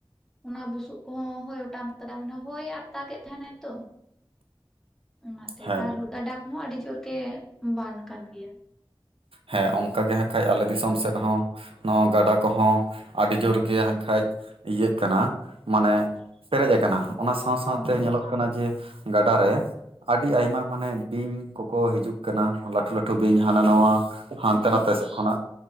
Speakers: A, in the centre; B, on the right.
A: ᱚᱱᱟ ᱵᱩᱥᱩᱵ- ᱠᱚ ᱦᱳᱭ ᱚᱴᱟᱝᱛᱟᱲᱟ ᱢᱟᱱᱮ ᱦᱳᱭ ᱟᱨ ᱫᱟᱜᱮᱫ ᱛᱟᱦᱮᱱᱟᱭ ᱛᱚ, ᱚᱱᱟᱛᱮ
B: ᱦᱮᱸ
A: ᱟᱨ ᱜᱟᱰᱟ ᱠᱚᱦᱚᱸ ᱟᱹᱰᱤ ᱡᱳᱨ ᱜᱮ ᱵᱟᱱ ᱠᱟᱱ ᱜᱮᱭᱟ-
B: ᱦᱮᱸ ᱚᱱᱠᱟ ᱜᱮ ᱦᱟᱸᱜ ᱠᱷᱟᱡ ᱟᱞᱮ ᱫᱤᱥᱚᱢ
A: ᱦᱮᱸ
B: ᱥᱮᱫ ᱦᱚᱸ, ᱱᱚᱣᱟ ᱜᱟᱰᱟ ᱠᱚᱦᱚᱸ ᱟᱹᱰᱤ ᱡᱳᱨ ᱜᱮ ᱠᱷᱟᱱᱡ ᱤᱭᱟᱹᱜ ᱠᱟᱱᱟ ᱢᱟᱱᱮ, ᱯᱮᱨᱮᱡ ᱟᱠᱟᱱᱟ ᱚᱱᱟ ᱥᱟᱶ
A: ᱦᱚᱸ
B: ᱥᱟᱶᱛᱮ ᱧᱮᱞᱚᱜ ᱠᱟᱱᱟ ᱡᱮ- ᱜᱟᱰᱟ ᱨᱮ ᱟᱹᱰᱤ ᱟᱭᱢᱟ ᱢᱟᱱᱮ ᱵᱤᱧ ᱠᱚᱠᱚ ᱦᱤᱡᱩᱜ ᱠᱟᱱᱟ ᱞᱟᱹᱴᱷᱩ ᱞᱟᱹᱴᱩ ᱵᱤᱧ ᱦᱚᱸ, ᱦᱟᱱᱟ ᱱᱟ ᱦᱟᱱᱛᱮ
A: ᱦᱮᱸ
B: ᱱᱟᱛᱮ ᱥᱡ ᱠᱷᱚᱱᱟᱜ